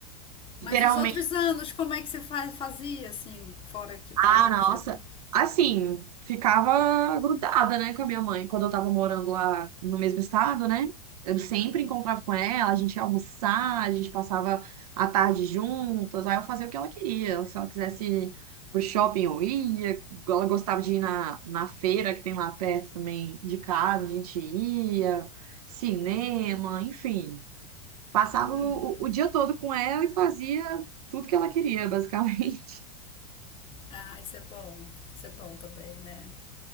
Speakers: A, on the right; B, on the left.
A: geralmente
B: Mas os outros anos, como é que você fa- fazia, assim, fora que tá
A: Ah,
B: longe?
A: nossa.
B: assim?
A: Assim, ficava grudada, né, com a minha mãe quando eu tava morando lá no mesmo estado, né? Eu sempre encontrava com ela, a gente ia almoçar, a gente passava a tarde juntas, aí eu fazia o que ela queria. Se ela quisesse ir pro shopping, eu ia. Ela gostava de ir na, na feira que tem lá perto também de casa, a gente ia, cinema, enfim. Passava
B: Uhum.
A: o, o o dia todo com ela e fazia tudo que ela queria, basicamente.
B: Ah, isso é bom. Isso é bom também, né?